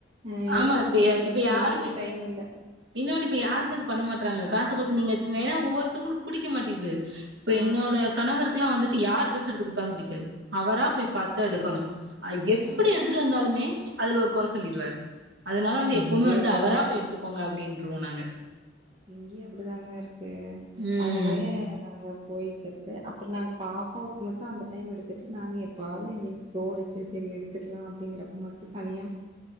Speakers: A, on the right; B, on the right.
A: அ
B: ஆமா
A: எடுத்து குடுக்கற்துக்
B: இப்ப இப்ப
A: வந்து
B: யாருமே
A: எங்ளுக்கு டைம் இல்ல
B: இன்னொன்னு இப்ப யாருமே இது பண்ண மாட்றாங்க காசு குத்து நீங்க எத்துங்க ஏனா ஒவ்வொருத்குளுக் புடிக்க மாட்டிது இப்ப
A: ஆ
B: என்னோட கணவர்க்லா வந்துட்டு யாரு ட்ரெ ஸ் எடுத்து குட்தாலு புடிக்காது அவரா போய் பாத்தா எடுக்கணு அ எப்பிடி
A: ம்
B: எடுத்துட்டு வந்தாலுமே ச்ச் அதுல ஒரு கொற சொல்லிருவார் அதனால வந்து எப்புமே
A: இங்கேயு
B: வந்து
A: அப்டிதாங்க
B: அவரா போய் எடுத்துக் ப்டின்ருவோ நாங்க
A: இங்க்யே அப்பிடிதாங்க இருக்கு
B: ம்
A: அதனாலயே நாங்க போ போய் பத்து அ ப்ற நாங் பாப்பாவுக்கு மட்டு அந்த டைம் எடுத்துட்டு நாங்க எப்பாவ்து எங்ளுக் தோனுச்சு செரி எடுத்துக்லா அப்டிங்கிறப்பு மட்டு தனியா